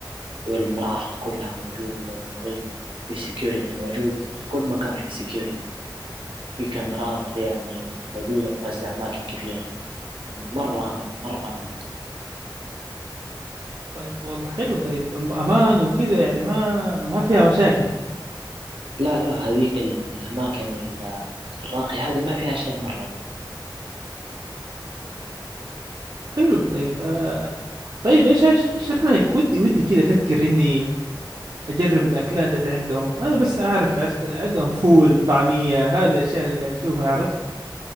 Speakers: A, on the right (about 90°); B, on the right (about 50°).
A: والمرافق كلها موجودة ونظيفة في سكيورتي موجود في كل مكان في سكيورتي في كاميرات يعني موجودة في مزة أماكن كثيرة يعني مرة أمان مرة أمان
B: طيب والله حلو طيب أم- امان وكده يعني ما ما فيها مشاكل
A: لا لا هذيك ال- الأماكن ال- الراقية هذه ما فيها شيء مرة
B: حلو طيب آه طيب ايش ايش ايش رايك ودي ودي كده افكر اني اجرب الاكلات اللي عندهم انا بس اعرف عرفت عندهم فول طعميه هذه الاشياء اللي قاعد نشوفها عرفت